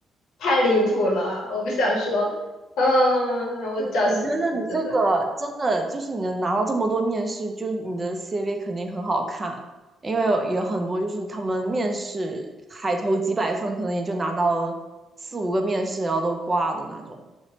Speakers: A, on the left (about 80°); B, on the right (about 25°).
A: 太离谱了，我不想说，嗯，我找实习真的
B: 我觉得你这个真的就是你能拿到这么多面试，就是你的 CV 肯定很好看，因为有有很多就是他们面试海投几百份，可能也就拿到四五个面试，然后都挂的那种。